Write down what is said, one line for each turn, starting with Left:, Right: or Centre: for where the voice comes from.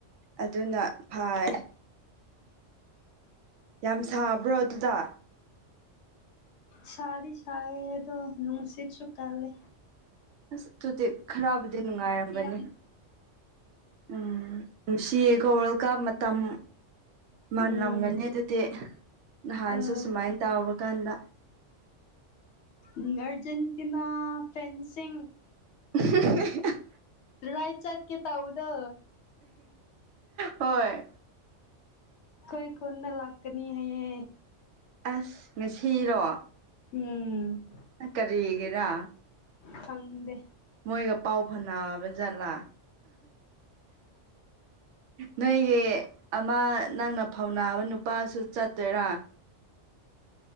Right: ꯑꯗꯨꯅ ꯐꯩ ꯌꯥꯝ ꯁꯥꯕ꯭ꯔꯣ ꯑꯗꯨꯗ
Left: ꯁꯗꯤ ꯁꯗꯣ ꯅꯨꯡꯁꯤꯠꯁꯨ ꯀꯂꯦ
Right: ꯑꯁ ꯑꯗꯨꯗꯤ ꯈꯔꯕꯨꯗꯤ ꯅꯨꯡꯉꯥꯏꯔꯝꯒꯅꯤ
Left: ꯌꯥꯝ
Right: ꯎꯝ ꯅꯨꯡꯁꯤ ꯣꯔꯦꯜ ꯀ ꯃꯇꯝ ꯃꯥꯟꯂꯒꯅꯦ
Left: ꯎꯝ
Right: ꯑꯗꯨꯗꯤ ꯅꯍꯥꯟꯁꯦ
Left: ꯑꯥ
Right: ꯁꯨꯃꯥꯏꯅ ꯇꯥꯕ ꯀꯥꯟꯗ
Left: ꯎꯝ ꯑꯔꯖꯦꯟꯇꯤꯅꯥ ꯐꯦꯟꯁꯤ
Right: <unintelligible>
Left: ꯔꯥꯏ ꯆꯥꯠ ꯀꯦ ꯇꯎꯗ
Right: ꯍꯣꯏ
Left: ꯀꯣꯏ ꯈꯨꯨꯅ ꯂꯀꯅꯤ ꯍꯥꯏꯌꯦ
Right: ꯑꯁ ꯉꯁꯤꯔꯣ
Left: ꯎꯝ
Right: ꯀꯔꯤꯒꯦꯗ
Left: ꯐꯪꯗꯦ
Right: ꯃꯣꯏꯒ ꯄꯥꯎ ꯐꯕ ꯠꯂꯥ ꯅꯣꯏꯒꯤ ꯑꯃ ꯅꯪꯅ ꯐꯧꯅꯥꯕ ꯅꯨꯄꯥꯁꯨ ꯆꯠꯇꯣꯏꯔꯥ